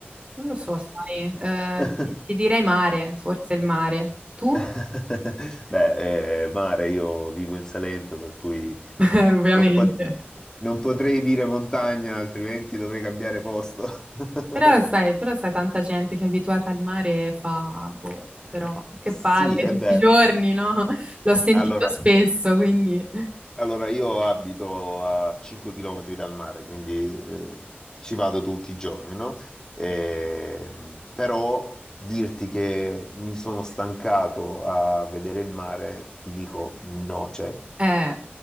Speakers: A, on the right; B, on the left.
A: non lo so, sai, eh,
B: <laughs>
A: ti ti direi mare, forse il mare. Tu?
B: <laughs>
A: <laughs>
B: Beh, eh, mare, io vivo in Salento, per cui
A: Eh, ovviamente.
B: non, pot- non potrei dire montagna, altrimenti dovrei cambiare posto. <laughs>
A: Però sai, però sai, tanta gente che è abituata al mare e fa, boh, però che
B: Sì,
A: palle
B: è
A: tutti
B: vero.
A: i giorni, no? <laughs> L'ho sentito
B: Allora,
A: spesso, quindi...
B: allora, io abito a 5 km dal mare, quindi eh, ci vado tutti i giorni, no? Ehm, però dirti che mi sono stancato a vedere il mare, ti dico no, cioè
A: Eh,